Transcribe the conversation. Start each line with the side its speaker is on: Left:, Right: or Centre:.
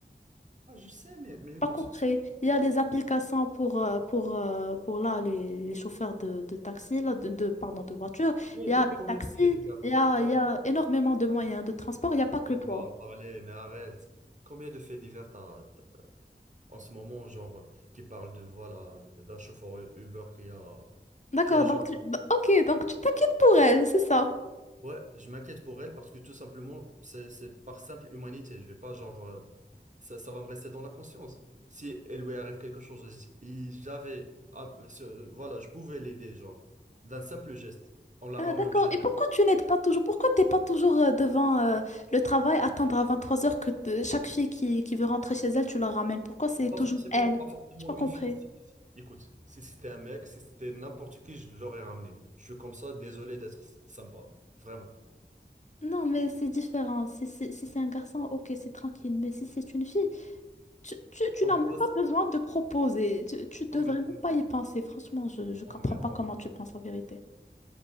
Right: Ah, je sais, mais, mais écoute,
Left: pas concret. Il y a les applications pour, euh, pour, euh, pour là, les, les chauffeurs de, de taxi, là, de, de, pardon, de voiture.
Right: combien
Left: Il y
Right: de,
Left: a les
Right: combien
Left: taxis,
Right: de faits divers?
Left: il y a,
Right: Combien
Left: il y a énormément de moyens de transport, il n'y a pas que toi.
Right: on va parler, mais arrête. Combien de faits divers t'as, t'as- en ce moment, genre, qui parlent de, voilà, d'un chauffeur Uber qui a,
Left: D'accord,
Right: qui a, genre,
Left: donc, tu- bah, ok, donc tu t'inquiètes pour elle, c'est ça.
Right: Ouais, je m'inquiète pour elle parce que tout simplement, c'est c'est par simple humanité. Je vais pas genre, euh, ça, ça va me rester dans la conscience. Si elle lui arrive quelque chose, j- et j'avais, ah, ce- voilà, je pouvais l'aider, genre, d'un simple geste, en la
Left: Ah,
Right: ramenant
Left: d'accord.
Right: chez
Left: Et
Right: elle.
Left: pourquoi tu n'aides pas toujours? Pourquoi t'es pas toujours euh, devant euh, le travail, attendre à 23 heures que te- chaque fille qui, qui veut rentrer chez elle, tu la ramènes? Pourquoi c'est
Right: Pas
Left: toujours
Right: forcément,
Left: elle?
Right: pas forcément
Left: J'ai pas compris.
Right: une fille. Si- si- Écoute, si c'était un mec, si c'était n'importe qui, je l'aurais ramené. Je suis comme ça, désolé d'être s- sympa, vraiment.
Left: Non, mais c'est différent. Si, si, si c'est un garçon, ok, c'est tranquille. Mais si c'est une fille, Tu, tu- tu
Right: En
Left: n'as
Right: quoi?
Left: même pas besoin
Right: c'est-
Left: de proposer. Tu, tu devrais
Right: Non mais,
Left: même pas y penser. Franchement, je,
Right: non
Left: je comprends
Right: mais
Left: pas comment tu penses la vérité.